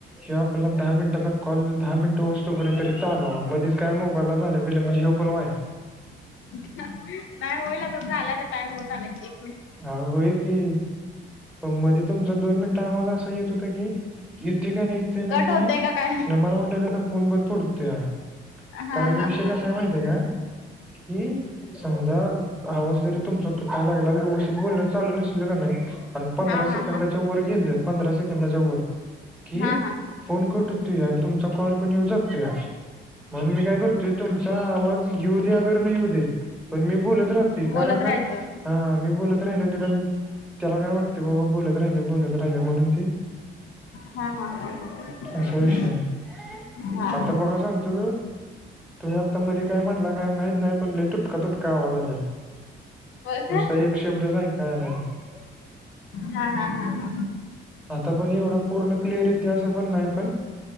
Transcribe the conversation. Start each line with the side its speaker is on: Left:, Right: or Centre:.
Centre: ह्यो आपला दहा मिनिटाचा कॉल दहा मिनट होअसतोपर्यंत तरी चालावा मध्येच काय मोबाईलला झाले बेले म्हणजे हे पण वाया
Left: नाही होईल आता झालं तर टाईम होत आला की.
Centre: हा होय की, पण मध्ये तुमचा दोन मिनिटं आवाज असा येत होता की येते का नाही येते ना
Left: कट
Centre: काही
Left: होतय
Centre: नाही
Left: का काय?
Centre: ना मला वाटयच आता फोन बंद पडतोया.
Left: हा
Centre: कारण
Left: हा
Centre: या
Left: हा
Centre: विषय कसा आहे माहिती आहे का, की समजा आवाज जरी तुमचा तुटायला लागेला व्यवस्थित बोलण चाललं नसल का नाही. आणि पंधरा
Left: हा
Centre: सेकंदाच्या
Left: हा हा
Centre: वर गेले पंधरा सेकंदाच्या वर कि
Left: हा हा
Centre: फोन कटतुया अन् तुमचा कॉल पण येऊ जातूया म्हणून मी काय करतोय तुम चा आवाज येऊ दे्या अगर नाही येऊ दे पण मी बोलत राहतोय कारण
Left: बोलत
Centre: का
Left: राहायचं.
Centre: हा मी बोलत राहिलो निदान त्याला काय वाटतं बाबा बोलत राहिल बोलत राहिल म्हणून ते
Left: हा हा, ह
Centre: असा विषय आहे
Left: हा.
Centre: आता बघा सांगतो तो तुम्ही आता मध्ये काय म्हणला काय माहित नाही पण लई तुटका तुटका आवाज आलाय.
Left: होय काय
Centre: नुसता एक शब्दच आयकाय आल्याला.
Left: हा हा हा.
Centre: आता पण एवढा पूर्ण क्लिअर एताय अस पण नाही पण